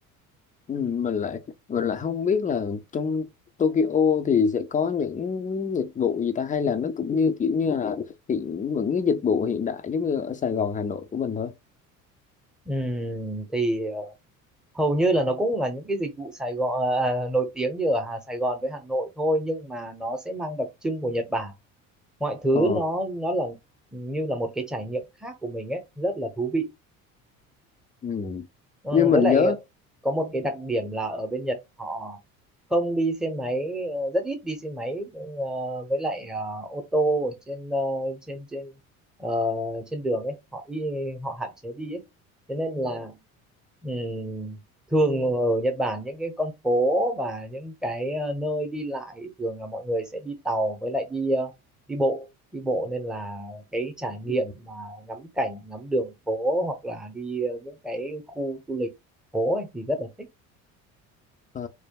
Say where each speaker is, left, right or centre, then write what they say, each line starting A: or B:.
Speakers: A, on the left; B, in the centre.
A: Ừ. Mình lại mình lại không biết là trong Tokyo thì sẽ có những dịch vụ gì ta hay là nó cũng như kiểu như là hiện những cái dịch vụ hiện đại giống như ở Sài Gòn Hà Nội của mình thôi.
B: Ừm, thì ờ, hầu như là nó cũng là những cái dịch vụ Sài Gòn ờ, à, nổi tiếng như ở Hà- Sài Gòn với Hà Nội thôi nhưng mà nó sẽ mang đặc trưng của Nhật Bản. Mọi thứ
A: Ờ.
B: nó nó là như là một cái trải nghiệm khác của mình ấy, rất là thú vị.
A: Ừ.
B: Ờ,
A: Nhưng mình
B: với lại
A: nhớ
B: có một cái đặc điểm là ở bên Nhật họ không đi xe máy ờ, rất ít đi xe máy ờ, với lại ờ, ô tô ở trên ờ, trên trên ờ, trên đường ấy họ y, họ hạn chế đi ấy. Thế nên là ừm, thường ở Nhật Bản những cái con phố và những cái ờ, nơi đi lại thường là mọi người sẽ đi tàu với lại đi ờ, đi bộ đi bộ nên là cái trải nghiệm
A: à,
B: mà ngắm cảnh ngắm đường phố hoặc là đi ờ, những cái khu du lịch phố ấy, thì rất là thích
A: À,